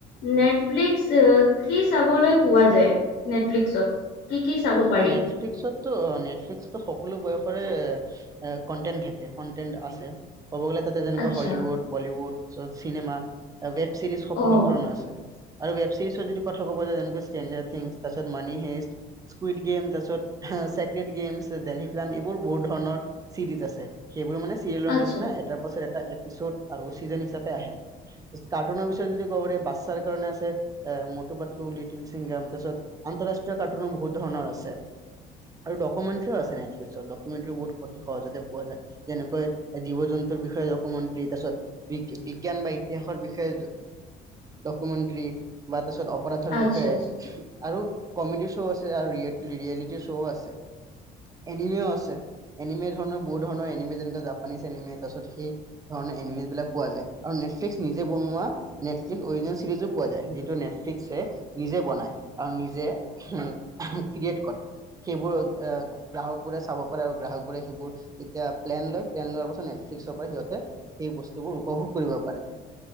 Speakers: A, on the left; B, on the right.
A: নেটফ্লিক্স এ কি চাবলৈ পোৱা যায় নেটফ্লিক্সত, কি কি চাব পাৰি
B: অ নেটফ্লিক্সত, ত' নেটফ্লিক্স তো সকলো বয়সৰে এ কনটেন্ট থাকে কনটেন্ট আছে। ক'ব গ'লে তাতে যেনেকে
A: আচ্ছা
B: হলিউড বলীউড তাৰপিছত চিনেমা বে চিৰিজ সকলো
A: অ
B: ধৰণৰ আছে। আৰু ৱেব ছিৰিজৰ যদি কথা কব যায় যেনেকে ষ্টেনজাৰ থিংছ তাৰপিছত মানি হেষ্ট, স্কুইড গেম তাৰ পিছত চছেক্ৰেট গেম ডেলহি ক্ৰাম এইবোৰ বহুত ধৰণৰ চিৰিজ আছে। সেইবোৰো মানে চিৰিয়েলৰ
A: আচ্ছা
B: নিচিনা এটাৰ পাছত এটা এপিচড আৰু চিজন হিচাপে আহে। কাৰ্টুনৰ বিষয়ে যদি ক'বাৰ এই বাচ্ছাৰ কাৰণে আছে। এ মটু পটলু লিটিল ছিংগাম তাৰপিছত আন্তঃৰাষ্ট্ৰীয় কাৰ্টুনো বহুত ধৰণৰ আছে। আৰু ডকুমেনটেৰিউ আছে নেতফিলকচত ডক, ডকুমেন্টেৰীউ বহুত সহজতে পোৱা যায় যেনেকৈ জীৱ জন্তুৰ বিষয়ে ডকুমেট তাৰিছত, বিজ্ঞান বা ইতিহাসৰ বিষয়ে ডকুমেন্টৰী বা তাৰপিছত, অপৰাধৰ
A: আচ্ছা,
B: বিষয়ে
A: আচ্ছা.
B: আৰু কমেডি শ্ব' আছে। আৰু ৰিয়ে ৰিয়েলেটিৰ শ্ব' আছে, এনিমে আছে আছে এনিমে ধৰণৰ বহুত ধৰণৰ এনিমে যেনেকুৱা জাপানিজ এনিমে তাৰপিছত সেই, ধৰণৰ এনেমিছ বিলাক পোৱা যায় আৰু নেটফ্লিক্স নিজে বনোৱা, নেটফ্লিক্সে অৰিজেনেল চিৰিজো পোৱা যায় যিটো নেটফ্লিক্সে, নিজে বনাই আৰু নিজে উ ক্ৰিয়েট কৰে সেইবোৰ আ, গ্ৰাহক বোৰে চাব পাৰে আৰু গ্ৰাহক বোৰে সেইবোৰ যেতিয়া প্লেন লয় প্লেন লোৱাৰ পাছত নেটফিক্সৰ পৰা সিহঁতে, সেই বস্তুবোৰ উপভোগ কৰিব পাৰে